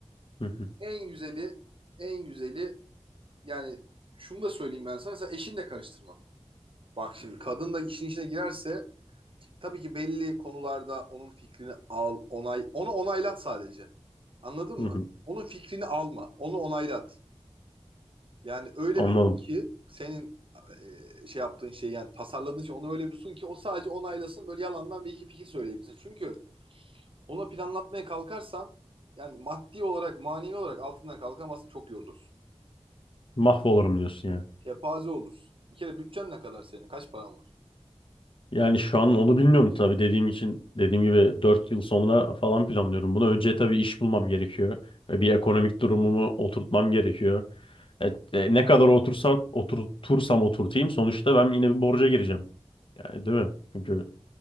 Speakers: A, on the left (about 50°); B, on the right (about 55°).
A: Hı hı,
B: En güzeli, en güzeli yani şunu da söyleyeyim ben sana. Sen eşinle karıştırma. Bak şimdi kadın da işin içine girerse tabii ki belli konularda onun fikrini al, onay, onu onaylat sadece. Anladın
A: hı
B: mı?
A: hı.
B: Onun fikrini alma, onu onaylat. Yani öyle
A: Anladım.
B: bir sun ki senin e, şey yaptığın şey yani tasarladığın şey onu öyle bir sun ki o sadece onaylasın böyle yalandan bir iki fikir söyleyebilsin. Çünkü Onu planlatmaya kalkarsan yani maddi olarak, manevi olarak altından kalkamazsın çok yorulursun.
A: Mahvolurum diyorsun yani.
B: Kepaze olursun. Bir kere bütçen ne kadar senin? Kaç paran var?
A: Yani şu an onu bilmiyorum tabii dediğim için dediğim gibi 4 yıl sonra falan planlıyorum bunu. Önce tabii iş bulmam gerekiyor. E, Bir ekonomik durumumu oturtmam gerekiyor. Evet, e, ne kadar otursa, oturtursam oturtayım sonuçta ben yine bir borca gireceğim. Yani değil mi? Çünkü